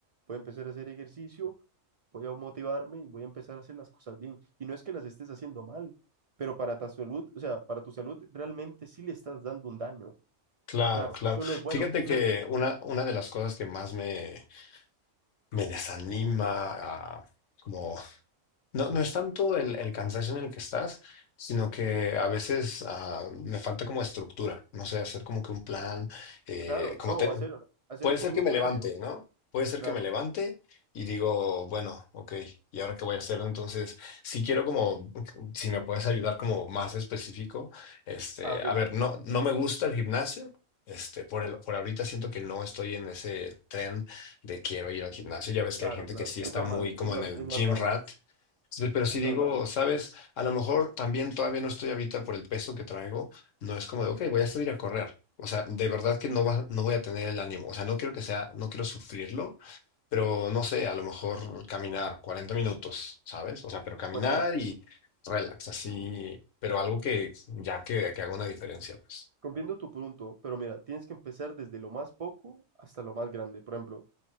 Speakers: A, on the right; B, on the left.
A: voy a empezar a hacer ejercicio, voy a motivarme y voy a empezar a hacer las cosas bien. Y no es que las estés haciendo mal, pero para tu salud, o sea, para tu salud realmente sí le estás dando un daño.
B: Claro,
A: Y claro,
B: claro.
A: eso no es bueno.
B: Fíjate
A: Y
B: que
A: no es,
B: una, una de las cosas que más me, me desanima, ah, como no, no es tanto el, el cansancio en el que estás, sino que a veces ah, me falta como estructura, no sé, hacer como que un plan, eh,
A: claro,
B: como
A: no,
B: te-
A: hacer, hacer
B: Puede
A: como
B: ser que
A: un
B: me
A: horario.
B: levante, ¿no? Puede ser
A: Claro.
B: que me levante y digo, bueno, ok, ¿y ahora qué voy a hacer? Entonces, si quiero como, si me puedes ayudar como más específico, este,
A: Ah, ok.
B: a ver, no, no me gusta el gimnasio. Este, por el- por ahorita siento que no estoy en ese tren de quiero ir al gimnasio. Ya ves que
A: Claro,
B: hay gente
A: claro.
B: que sí está
A: Es normal,
B: muy como
A: es, no-
B: en el
A: es normal,
B: gym rat Sí, Pero si
A: es normal.
B: digo, sabes, a lo mejor también todavía no estoy ahorita por el peso que traigo, no es como de, ok, voy a salir a correr. O sea, de verdad que no va, no voy a tener el ánimo. O sea, no quiero que sea, no quiero sufrirlo, pero no sé, a lo mejor caminar 40 minutos, ¿sabes? O sea, pero caminar
A: Bueno, mira,
B: y relax, así, pero algo que ya que, que haga una diferencia, pues.
A: comprendo tu punto, pero mira, tienes que empezar desde lo más poco hasta lo más grande. Por ejemplo,